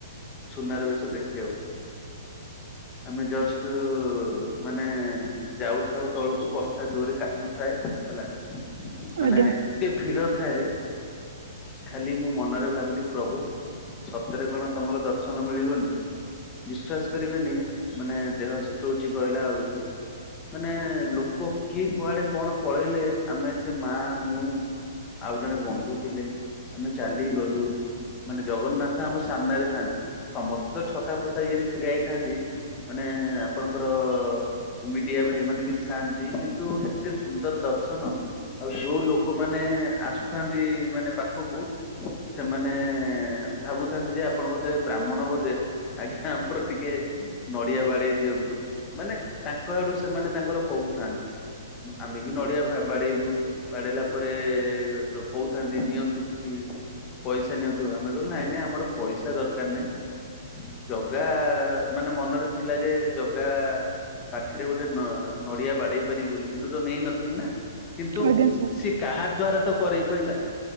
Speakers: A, on the left; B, on the right.
A: ସୁନାର ବେଶଦେଖିବାକୁ ଆମେ ଜଷ୍ଟ ମାନେ ଯାଉଥାଉ ତଳକୁ ବର୍ଷା ଜୋରେ କାଚୁଥାଏ ହେଲା ମାନେ
B: ଆଜ୍ଞା
A: ଏତେ ଭିଡ଼ ଥାଏ ଖାଲି ମୁଁ ମନରେ ଭାବିଲି ପ୍ରଭୁ ସତରେ କଣ ତମର ଦର୍ଶନ ମିଳିବନି? ବିଶ୍ଵାସ କରିବେନି ମାନେ ଦେହ ଶୀତଉଚ କହିଲା ବେଳକୁ ମାନେ ଲୋକ କିଏ କୁଆଡେ଼ କଣ ପଳେଇଲେ ଆମେ ସେ ମା ମୁଁ ଆଉ ଜଣେ ବନ୍ଧୁ ଥିଲେ ଆମେ ଚାଲିକି ଗଲୁ ମାନେ ଜଗନ୍ନାଥ ଆମ ସାମ୍ନାରେ ଥାଆନ୍ତି ସମସ୍ତେ ଛତା ଫତା ଇଏରେ ଛିଡ଼ା ହେଇଥାଆନ୍ତି ମାନେ ଆପଣଙ୍କର ମିଡିଆ ଭାଇ ମାନେ ବି ଥାଆନ୍ତି କିନ୍ତୁ! ଏତେ ସୁନ୍ଦର ଦର୍ଶନ ଆଉ ଯୋଉ ଲୋକମାନୋନ ଆସୁଥାନ୍ତି ମାନେ ପାଖକୁ ସେମାନେ ଭାବୁଥାନ୍ତି ଯେ ଆପଣ ବୋଧେ ବ୍ରାହ୍ମଣ ବୋଧେ? ଆଜ୍ଞା ଆପଣ ଟିକେ ନଡିଆ ବାଡେଇ ଦିଅନ୍ତୁ ମାନେ ତାଙ୍କ ଆଡୁ ସେମାନେ ତାଙ୍କର କହୁଥାନ୍ତି। ଆମେ ବି ନଡିଆ ବାଡେଇଲୁ ବାଡେଇଲା ପରେ କଉଥାନ୍ତି ନିଅ କିଛି ପଇସା ନିଅନ୍ତୁ ଆମେ କହିଲୁ ନାଇଁ ନାଇଁ ଆମର ପଇସା ଦରକାର ନାଇଁ। ଜଗା ମାନେ ମନରେ ଥିଲା ଯେ ଜଗା ପାଖିରେ ଗୋଟେ ନ ନଡିଆ ବାଡେଇ ପାରିବି ବୋଲି କିନ୍ତୁ ତ ନେଇନଥିଲି ନା। କିନ୍ତୁ
B: ଆଜ୍ଞା ସାର୍
A: ସେ କାହା ଦ୍ଵାରା ତ କରେଇ ପାରିଲା।